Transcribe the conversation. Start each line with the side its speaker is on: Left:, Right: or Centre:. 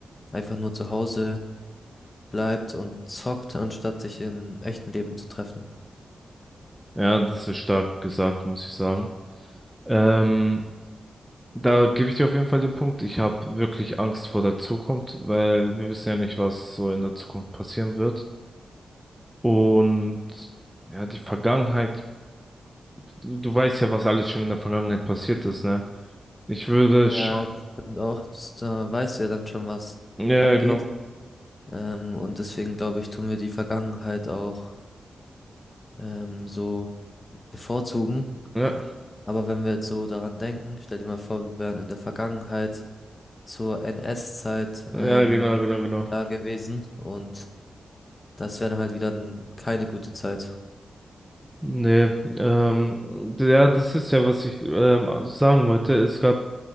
Left: einfach nur zu Hause bleibt und zockt, anstatt sich im echten Leben zu treffen.
Centre: Ja, das ist stark gesagt, muss ich sagen. Ähm, da gebe ich dir auf jeden Fall den Punkt. Ich habe wirklich Angst vor der Zukunft, weil wir wissen ja nicht, was so in der Zukunft passieren wird. Und ja, die Vergangenheit. Du, du weißt ja, was alles schon in der Vergangenheit passiert ist, ne? Ich würde
Left: Ja,
Centre: schon.
Left: das stimmt auch. Das, da weißt du ja dann schon, was
Centre: Ja,
Left: abgeht.
Centre: genau.
Left: Ähm, und deswegen glaube ich, tun wir die Vergangenheit auch ähm, so bevorzugen.
Centre: Ja,
Left: Aber wenn wir jetzt so daran denken, stell dir mal vor, wir wären in der Vergangenheit zur NS-Zeit
Centre: ja,
Left: ähm,
Centre: genau, genau, genau.
Left: da gewesen und Das wäre dann halt wieder n- keine gute Zeit.
Centre: Nee, ähm, ja, das ist ja, was ich ähm, sagen wollte. Es gab,